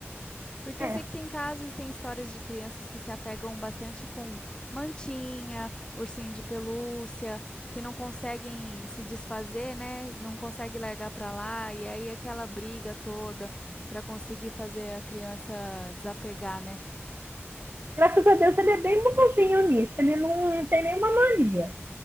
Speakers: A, on the left (about 20°); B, on the right (about 50°).
A: Porque
B: É,
A: eu sei que tem casos, tem histórias de crianças que se apegam bastante com mantinha, ursinho de pelúcia, que não conseguem se desfazer, né? Não conseguem largar pra lá, e aí aquela briga toda pra conseguir fazer a criança desapegar, né?
B: graças a Deus, ele é bem bonzinho nisso. Ele não tem nenhuma mania,